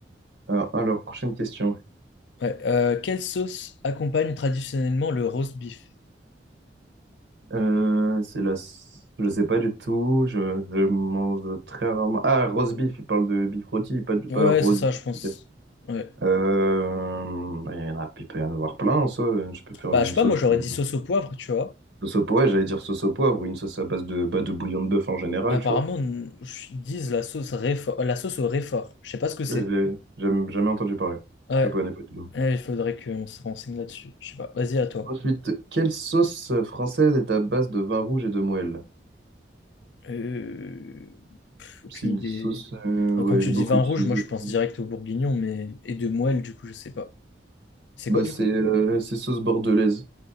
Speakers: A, on the right (about 75°); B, on the left (about 75°).
A: Alors, alors, prochaine question.
B: Ouais. Euh, quelle sauce accompagne traditionnellement le roast beef?
A: Euh, c'est la... s- Je sais pas du tout. Je, je mange très rarement. Ah, roast beef, il parle de beef rôti, pas de pas
B: Ouais,
A: roast
B: c'est ça,
A: beef.
B: je pense.
A: ok.
B: Ouais.
A: Euh, bah, il y en a, il peut y en avoir plein en soi. Je peux faire
B: Bah,
A: une
B: je sais pas,
A: sauce,
B: moi, j'aurais
A: euh,
B: dit sauce au poivre, tu vois.
A: sauce au poivre, j'allais dire sauce au poivre ou une sauce à base de, bah, de bouillon de bœuf en général,
B: Apparemment,
A: tu vois.
B: n- ils disent la sauce réfort, la sauce au réfort. Je sais pas ce que c'est.
A: J'ai jamais jamais entendu parler.
B: Ouais.
A: Je connais pas du tout.
B: Ouais, il faudrait qu'on se renseigne là-dessus. Je sais pas. Vas-y, à toi.
A: Ensuite, quelle sauce française est à base de vin rouge et de moelle?
B: Euh... pff, aucune
A: C'est une
B: idée.
A: sauce, euh, ouais,
B: Euh, Quand tu
A: elle est beaucoup
B: dis vin
A: utilisée
B: rouge, moi je
A: pour.
B: pense direct au bourguignon, mais et de moelle, du coup, je sais pas. C'est
A: Bah,
B: quoi du
A: c'est
B: coup?
A: euh, c'est sauce bordelaise.